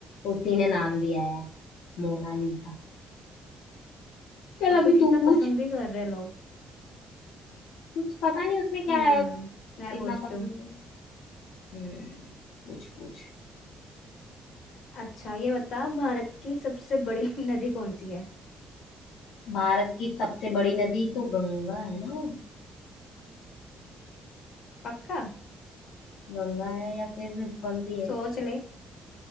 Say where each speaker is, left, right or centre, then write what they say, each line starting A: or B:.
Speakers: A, on the left (about 85°); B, on the left (about 65°).
A: उसी ने नाम दिया है मोनालिसा चल
B: और उसको
A: अभी
B: कितना
A: तू पूछ
B: पसंद भी कर रहे हैं लोग
A: कुछ पता नहीं उसमें क्या
B: हम्म
A: है
B: मैं पूछती
A: इतना पसंद
B: हूँ
A: है हम्म पूछ पूछ
B: अच्छा ये बता भारत की सबसे बड़ी <laughs> नदी कौन सी है
A: भारत की सबसे बड़ी नदी तो गंगा है ना
B: पक्का
A: गंगा है या फिर कौन सी है
B: सोच ले